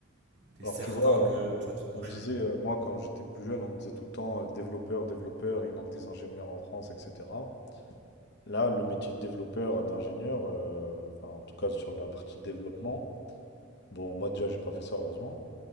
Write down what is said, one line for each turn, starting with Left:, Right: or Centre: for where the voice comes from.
Right: T'es
Left: Alors
Right: certain
Left: que tu vois,
Right: que tu vas te embaucher.
Left: On me disait, euh, moi, quand j'étais plus jeune, on me disait tout le temps euh, développeur, développeur, il manque des ingénieurs en France, etc. Là, le métier de développeur, euh, d'ingénieur, euh, enfin, en tout cas sur la partie développement, bon, moi déjà, j'ai pas fait ça, heureusement.